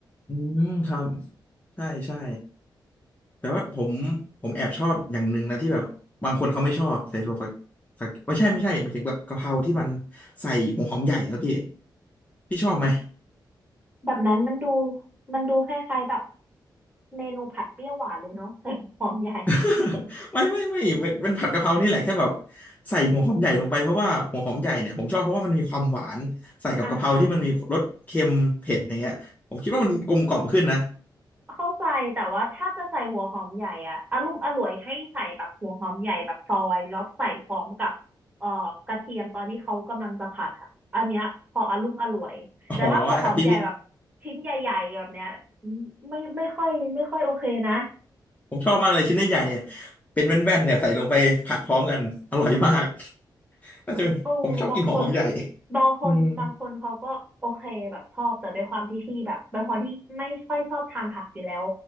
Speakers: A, on the left (about 20°); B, on the right (about 15°).
A: อืมครับใช่ใช่ แต่ว่าผมผมแอบชอบอย่างหนึ่งนะที่แบบบางคนเขาไม่ชอบใส่ถั่วฝักฝักไม่ใช่ไม่ใช่หมายถึงแบบกะเพราที่มันใส่หัวหอมใหญ่ครับพี่พี่ชอบไหม
B: แบบนั้นมันดูมันดูคล้ายๆแบบเมนูผัดเปรี้ยวหวานเลยเนาะใส่หอมใหญ่
A: <laughs> ไม่ไม่ไม่มันมันผัดกะเพรานี่แหละแค่แบบใส่หัวหอมใหญ่ลงไปเพราะว่าหัวหอมใหญ่เนี่ยผมชอบเพราะว่ามันมีความหวานใส่กับกะเพราที่มันมีรสเค็มเผ็ดอย่างเงี้ยผมคิดว่ามันกลมกล่อมขึ้นนะ
B: อ่า เข้าใจแต่ว่าถ้าจะใส่หัวหอมใหญ่อะอารมณ์อร่วยให้ใส่แบบหัวหอมใหญ่แบบซอยแล้วใส่พร้อมกับเอ่อกระเทียมตอนที่เขากำลังจะผัดอะอันเนี้ยพออารมณ์อร่วยแต่ถ้าหัวหอมใหญ่แบบชิ้นใหญ่ๆแบบเนี้ย
A: อ๋อครับพี่พี่
B: ไม่ไม่ค่อยไม่ค่อยโอเคนะ
A: ผมชอบมากเลยชิ้นใหญ่ๆเนี่ยเป็นแว่นๆเนี่ยใส่ลงไปผัดพร้อมกันอร่อยมาก น่าจะเป็นผมชอบกินหัวหอมใหญ่
B: โอ้บางคนบางคนบางคนเขาก็โอเคแบบชอบแต่ด้วยความที่พี่แบบเป็นคนที่ไม่ค่อยชอบทานผักอยู่แล้ว
A: อืม